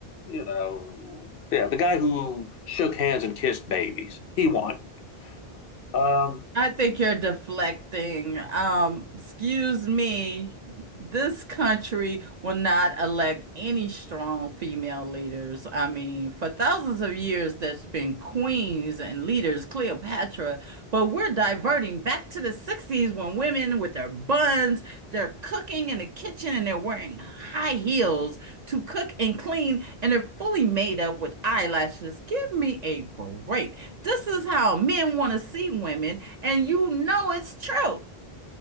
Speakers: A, on the left; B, on the right.
A: you know, yeah, the guy who shook hands and kissed babies. He won. Um,
B: I think you're deflecting. Um, excuse me. This country will not elect any strong female leaders. I mean, for thousands of years, there's been queens and leaders, Cleopatra but we're diverting back to the 60s when women with their buns, they're cooking in the kitchen and they're wearing high heels to cook and clean and they're fully made up with eyelashes. Give me a break. This is how men want to see women, and you know it's true.